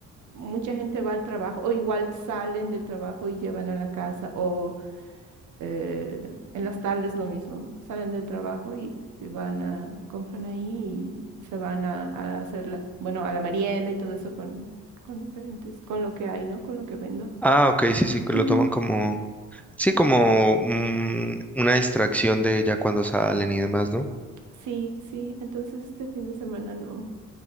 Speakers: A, on the right (about 75°); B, in the centre.
A: mucha gente va al trabajo o igual salen del trabajo y llevan a la casa o eh, en las tardes lo mismo, salen del trabajo y y van a, compran ahí y, y se van a, a hacer, la- bueno, a la merienda y todo eso con, con diferentes, con lo que hay, ¿no? Con lo que vendo.
B: Ah, ok, sí, sí, que lo
A: Mm,
B: toman como, sí, como mm, una distracción de ya cuando salen y demás, ¿no?
A: sí, sí, entonces este fin de semana no.